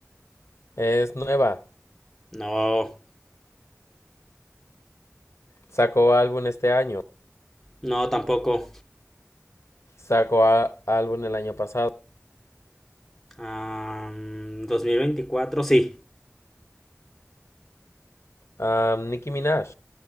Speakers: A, on the left; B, in the centre.
A: Es nueva.
B: No,
A: Sacó álbum este año.
B: no, tampoco.
A: Sacó a- álbum el año pasado.
B: Am, 2024, sí.
A: Ah, Nicki Minaj.